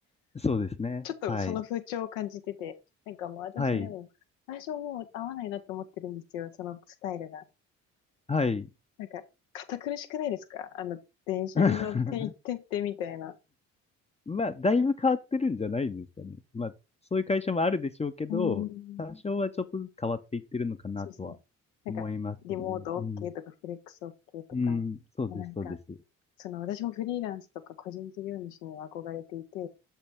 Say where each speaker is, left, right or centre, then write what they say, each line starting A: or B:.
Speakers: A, on the left (about 15°); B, on the left (about 80°).
A: そうですね。
B: ちょっとその風潮を感じてて、
A: はい。
B: なんかもう私でも最初もう合わないなと思ってるんですよ、
A: はい。
B: そのスタイルが。
A: はい。
B: なんか、堅苦しくないですかあの、電車に乗って行ってってみたいな。
A: <laughs> まあ、だいぶ変わってるんじゃないですかね。まあ、そういう会社もあるでしょうけど、
B: うん。
A: 多少はちょっとずつ変わっていってるのかなとは思いますけどね。
B: そうそう。なんか、リモート
A: うん。
B: OK とか、フレックス OK とか、
A: うん。そうです、
B: なんか、
A: そうです。
B: その、私もフリーランスとか個人事業主には憧れていて、